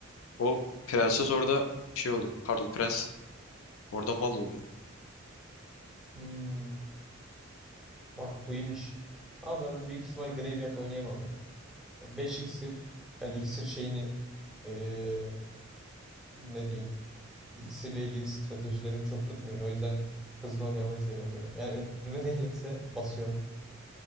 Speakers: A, on the left; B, in the centre.
A: O prenses orada şey oluyor. Pardon prens orada mal oluyor.
B: Hmm, bak bu iyiymiş. Ama ben büyük ihtimal Graveyard oynayamam ya. Ya 5 iksir. Ben iksir şeyini eee, ne diyeyim? İksirle ilgili stratejilerim çok tutmuyor. O yüzden hızlı oynamayı seviyorum böyle. Yani önüme ne gelirse basıyorum.